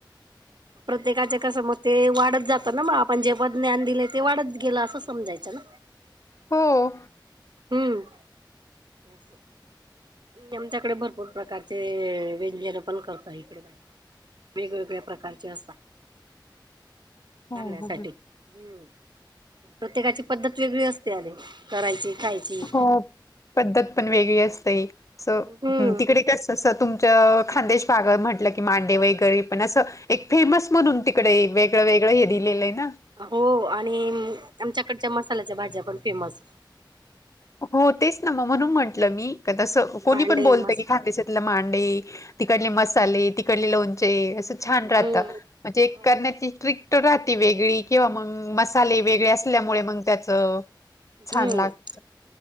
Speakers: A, on the left; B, on the right.
A: <inaudible>
B: प्रत्येकाचे कसं मग ते, वाढत जातं ना, म आपण जे पण ज्ञान दिलंय ते वाढत गेलं असं समजायचं ना
A: हो. <inaudible>
B: हम्म असं. आमच्याकडे भरपूर प्रकारचे, व्यंजनं पण करता इकडं बायका. वेगवेगळ्या प्रकारचे असता,
A: हो
B: खाण्यासाठी
A: हो
B: हम्म प्रत्येकाची पद्धत वेगळी असते अरे करायची खायची.
A: हो पद्धत पण वेगळी असते असं
B: हम्म
A: तिकडे कसं तु मच खान्देश पागळ म्हटलं की मांडे वगैरे पण असं एक फेमस म्हणून तिकडे वेगळं वेगळं हे दिलेलं येना.
B: हो आणि आमच्याकडच्या मसाल्याच्या भाज्या पण फेमस.
A: हो तेच ना मग म्हणून म्हटलं
B: हम्म
A: मी का तसं कोणी
B: मांडे
A: पण बोलत
B: मस्त
A: की खान्देशात ल मांडे तिकडले मसाले तिकडले लोणचे असं छान
B: हम्म
A: राहतं. म्हणजे
B: हो
A: करण्याची ट्रिक राहती वेगळी किंवा मग मसाले वेगळे असल्यामुळे मग त्याच,
B: हम्म
A: छान लाग